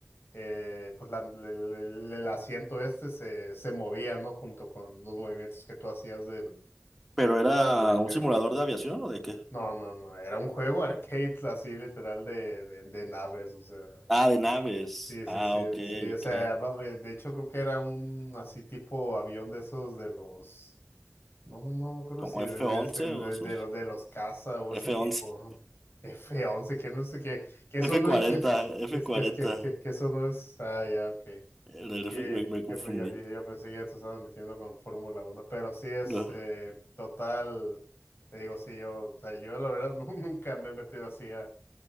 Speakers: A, on the left; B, in the centre.
A: eh, pues la- el, el- el asiento este se, se movía, ¿no? Junto con los movimientos que tú hacías de la
B: ¿Pero era
A: palanca.
B: un simulador de aviación o de qué?
A: No, no, no, era un juego <laughs> arcade así literal de, de, de naves, o sea.
B: Ah, de naves.
A: Sí, sí,
B: Ah,
A: sí,
B: ok,
A: sí, o
B: ok.
A: sea, va- de de hecho creo que era un así tipo avión de esos de los No, no, creo
B: ¿Como
A: si de,
B: F
A: de,
B: once
A: de- de-
B: o esos?
A: de los de los casa o
B: f
A: ese tipo,
B: once
A: ¿no? F once que no sé qué, que eso
B: f
A: no
B: cuarenta,
A: es, que
B: f
A: que es
B: cuarenta,
A: que es que, que, que eso no es, ah, ya, ok.
B: El del
A: Y
B: F me, me
A: yo,
B: confundí.
A: pe- yo, yo, yo pensé que ya te estabas metiendo con Fórmula uno pero sí, este,
B: No.
A: total, te digo, sí, yo, o sea, yo la verdad <laughs> nu- nunca me he metido así a,